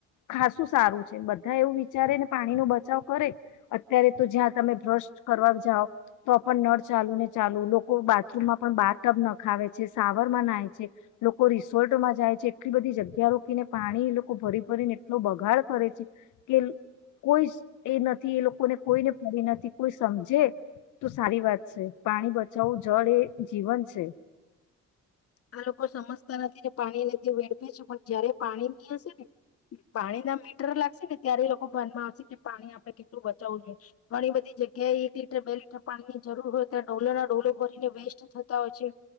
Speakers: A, on the left; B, on the left.
A: ખાસું સારું છે બધા એવું વિચારેને પાણીનો બચાવ કરે અત્યારે તો જ્યાં તમે બ્રશ કરવા જાાવ તો પણ નળ ચાલુ ને ચાલુ લોકો બાથરૂમમાં પણ બા ટબ ના ખાવે છે. શાવર માં નાાય છે લોકો રિસોર્ટમાં જાય છે, એટલી બધી જગ્યા રોકીને પાણી લોકો ભરી ભરીને એટલો બગાડ કરે છે, કે કોઈ એ નથી એ લોકોને કોઈને પડી નથી કોઈ સમજે તો સારી વાત છે. પાણી બચાવવું જળ એ જીવન છે.
B: આ લોકો સમજતા નથી ને પાણી ને એ રીતે વેડફે છે. પણ જયારે પાણી નહી હશે ને પાણી ના મીટર લાગશે ને ત્યારે લોકો ભનમાં આવશે કે પાણી આપડણે કેટલું બચાવવું જોઈએ ઘણી બધી જગ્યાએ એક લીટર, બે લીટર પાણી ની જરૂર હોય ત્યારે ડોલો ના ડોલો ભરીને વેસ્ટ થતા હોય છે.